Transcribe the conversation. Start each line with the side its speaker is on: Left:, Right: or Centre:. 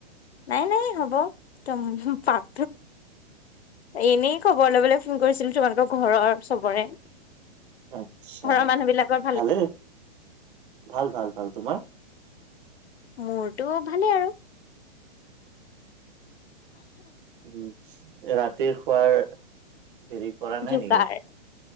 Left: নাই নাই হ'ব, তম পাক এনেই খবৰ লবলৈ ফোন কৰিছিলো তোমালোকৰ ঘৰৰ চবৰে।
Right: আচ্ছা,
Left: ঘৰৰ মানুহ বিলাকৰ
Right: ভালে ভাল ভাল ভাল তোমাৰ?
Left: মোৰটো ভালেই আৰু।
Right: উ ৰাতিৰ খোৱাৰ হেৰি কৰা নাই
Left: যোগাৰ,
Right: নেকি